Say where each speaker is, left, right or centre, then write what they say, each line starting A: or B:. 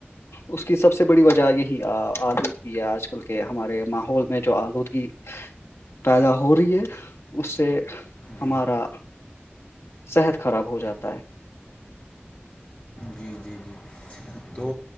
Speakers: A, on the left; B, on the left.
A: اس کی سب سے بڑی وجہ یہی آلودگی ہے آج کل کے ہمارے ماحول میں جو آلودگی پیدا ہو رہی ہے اس سے
B: جی
A: ہمارا صحت خراب ہو جاتا ہے
B: جی جی جی تو